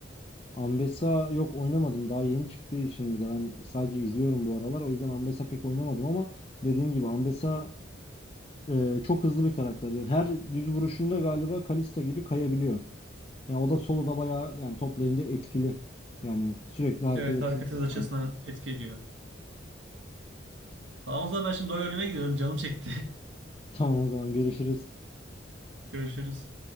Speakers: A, on the left (about 30°); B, on the right (about 75°).
A: Ambessa yok oynamadım. Daha yeni çıktığı için bir de ben sadece izliyorum bu aralar. O yüzden Ambessa pek oynamadım ama dediğin gibi Ambessa e, çok hızlı bir karakter. ya. Her düz vuruşunda galiba Kalista gibi kayabiliyor. Yani o da soloda bayağı yani top lane'de etkili. Yani sürekli hareket
B: Evet
A: et
B: hareket
A: hızına
B: hız açısından
A: sahip. <laughs>
B: etki ediyor. Tamam o zaman ben şimdi doğru önüme gidiyorum. Canım çekti.
A: Tamam o zaman görüşürüz.
B: <laughs> Görüşürüz.